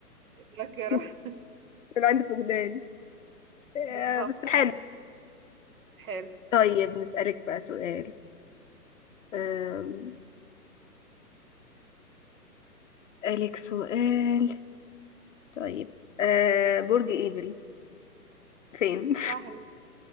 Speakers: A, on the right; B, on the left.
A: الذاكرة
B: <laughs> انا عندي فقدان آه،
A: <laughs> بالظبط
B: بس حلو
A: حلو
B: طيب نسألك بقى سؤال آم، أسألك سؤال طيب آه، برج ايفل فين؟
A: سهل